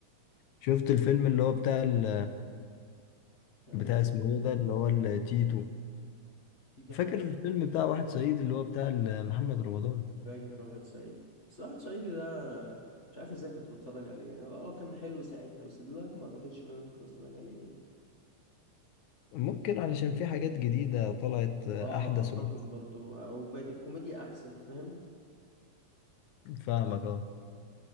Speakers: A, on the left (about 80°); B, on the left (about 35°).
A: شفت الفيلم اللي هو بتاع ال
B: طيب
A: بتاع اسمه ايه ده اللي هو التيتو
B: تيتو
A: فاكر
B: احمد
A: الفيلم بتاع واحد صعيدي اللي هو بتاع ال- محمد رمضان
B: فاكر واحد صعيدي بس واحد صعيدي ده انا مش عارف ازاي كنت بتفرج عليه يعني هو هو كان حلو ساعتها بس دلوقتي ما اعتقدش ان انا ممكن اتفرج عليه يعني
A: ممكن علشان في حاجات جديدة طلعت آه،
B: اه
A: أحدث وأحسن
B: اعتقد برضو او بقت الكوميديا احسن فاهم
A: فاهمك اه